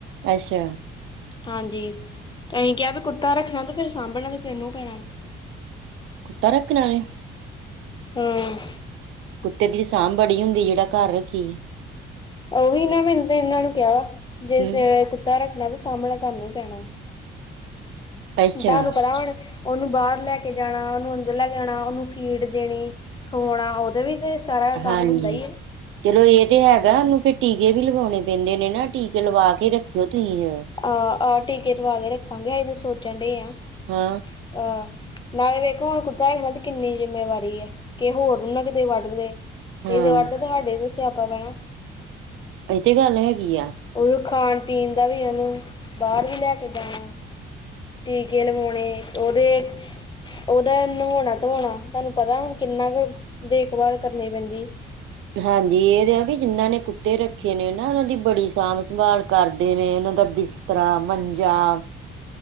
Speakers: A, on the right; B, on the left.
A: ਅੱਛਾ
B: ਹਾਂਜੀ, ਤੇ ਅਸੀਂ ਕਿਹਾ ਵੀ ਕੁੱਤਾ ਰੱਖਣਾ ਤੇ ਫਿਰ ਸਾਂਭਣਾ ਤੇ ਤੈਨੂੰ ਪੈਣਾ
A: ਕੁੱਤਾ ਰੱਖਣਾ ਨੇ
B: ਹਮ
A: ਕੁੱਤੇ ਦੀ ਸਾਂਭ ਬੜੀ ਹੁੰਦੀ, ਜਿਹੜਾ ਘਰ ਰੱਖੀ
B: ਉਹੀ ਨਾ ਮੈਨੂੰ ਤੇ ਇਹਨਾਂ ਨੂੰ ਕਿਹਾ ਵਾ, ਜੇ
A: ਹਮ
B: ਕੁੱਤਾ ਰੱਖਣਾ ਤੇ ਸਾਂਭਣਾ ਤੁਹਾਨੂੰ ਪੈਣਾ
A: ਅੱਛਾ
B: ਤੁਹਾਨੂੰ ਪਤਾ ਹੁਣ, ਉਹਨੂੰ ਬਾਹਰ ਲੈ ਕੇ ਜਾਣਾ ਉਹਨੂੰ ਅੰਦਰ ਲੈ ਕੇ ਆਉਣਾ ਉਹਨੂੰ ਫੀਡ ਦੇਣੀ ਖਵਾਉਣਾ, ਉਹਦੇ ਵੀ ਤੇ ਸਾਰਾ ਕੰਮ
A: ਹਾਂਜੀ
B: ਹੁੰਦਾ ਹੀ ਹੈ
A: ਚਲੋ ਇਹ ਤੇ ਹੈਗਾ ਉਹਨੂੰ ਫਿਰ ਟੀਕੇ ਵੀ ਲਗਾਉਣੇ ਪੈਂਦੇ ਨੇ ਨਾ ਟੀਕੇ ਲਵਾ ਕੇ ਰੱਖਿਓ ਤੁਸੀਂ
B: ਆਹ, ਆਹ ਟੀਕੇ ਲਵਾ ਕੇ ਰੱਖਾਂਗੇ ਹਜੇ ਸੋਚਣ ਦਏ ਆ
A: ਹਾਂ
B: ਅ ਨਾਲੇ ਵੇਖੋ ਹੁਣ ਕੁੱਤਾ ਹੈਗਾ ਤੇ ਕਿੰਨੀ ਜਿੰਮੇਵਾਰੀ ਹੈ ਕਿ ਹੋਰ ਨੂੰ ਨਾ ਕਿਤੇ ਵੱਢ ਦੇਵੇ ਜੇ
A: ਹਾਂ
B: ਕਿਤੇ ਵੱਢਤਾ ਤਾਂ ਹਾਡੇ ਤੇ ਹੀ ਸਿਆਪਾ ਪੈਣਾ।
A: ਇਹ ਤੇ ਗੱਲ ਹੈਗੀ ਆ।
B: ਉਹ ਖਾਣ ਪੀਣ ਦਾ ਵੀ ਉਹਨੂੰ, ਬਾਹਰ ਵੀ ਲੈ ਕੇ ਜਾਣਾ। ਟੀਕੇ ਲਵਾਉਣੇ ਉਹਦੇ ਉਹਦਾ ਨਵਾਉਣਾ ਧਵਾਉਣਾ, ਤੁਹਾਨੂੰ ਪਤਾ ਹੁਣ ਕਿੰਨਾ ਕੁ ਦੇਖਭਾਲ ਕਰਨੀ ਪੈਂਦੀ।
A: ਹਾਂਜੀ ਇਹ ਤਾਂ ਆ ਵੀ ਜਿਹਨਾਂ ਨੇ ਕੁੱਤੇ ਰੱਖੇ ਨੇ ਨਾ ਉਹਨਾਂ ਦੀ ਬੜੀ ਸਾਂਭ ਸੰਭਾਲ ਕਰਦੇ ਨੇ ਉਹਨਾਂ ਦਾ ਬਿਸਤਰਾ, ਮੰਜਾ,